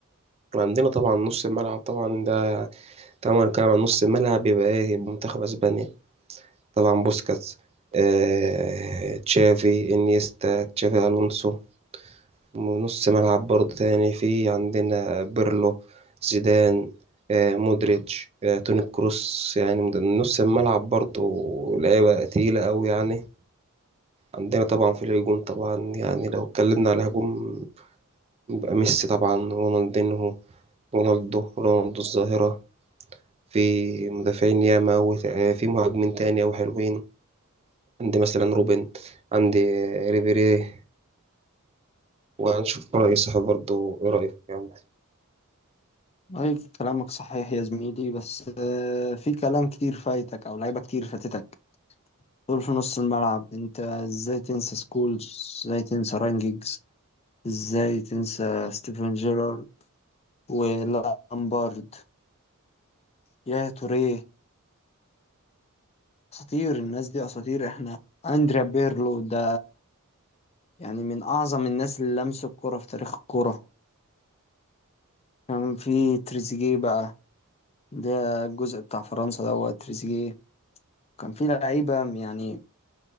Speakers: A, on the right; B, on the left.
A: وعندنا طبعا نص الملعب طبعا ده طبعا هنتكلم عن نص الملعب يبقى إيه يبقى منتخب أسبانيا طبعا بوسكاتس آه تشافي إنيستا تشافي ألونسو ونص ملعب برضه تاني في عندنا بيرلو زيدان آه، مودريتش آه، توني كروس يعني من نص الملعب برضه لعيبة تقيلة أوي يعني عندنا طبعا في الهجوم طبعا يعني لو اتكلمنا على هجوم يبقى ميسي طبعا رونالدينهو رونالدو رونالدو الظاهرة في مدافعين ياما وت- آه، في مهاجمين تاني أوي حلوين عندي مثلا روبن عندي آه، ريبيري وهنشوف رأي صاحب برضه إيه رأيك يعني
B: أي كلامك صحيح يا زميلي بس آه، في كلام كتير فايتك أو لعيبة كتير فاتتك دول في نص الملعب أنت إزاي تنسى سكولز إزاي تنسى رانجيجز ازاي تنسى ستيفن جيرارد ولامبارد يا توريه اساطير الناس دي اساطير احنا اندريا بيرلو ده يعني من اعظم الناس اللي لمسوا الكرة في تاريخ الكرة كان في تريزيجيه بقى ده الجزء بتاع فرنسا دوت تريزيجيه كان في لعيبة يعني